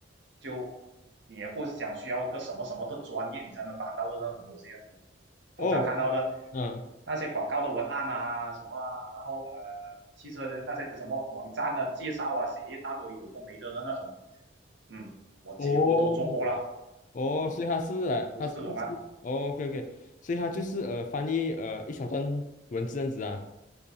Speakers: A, on the right (about 60°); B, on the left (about 40°).
A: 就你也不是讲需要一个什么什么的专业你才能翻到的那种东西啊。你通常看到的
B: 哦，嗯，
A: 那些广告的文案啊什么啊，然后呃汽车的那些什么网站的介绍啊，写一大堆有的没的的那种，嗯，我几乎都做过了，
B: 哦，哦，
A: 嗯，
B: 所以他是来，
A: 都是这种啊，
B: 他是就是哦，OK OK，所以他就是呃翻译呃一小段文字这样子啊，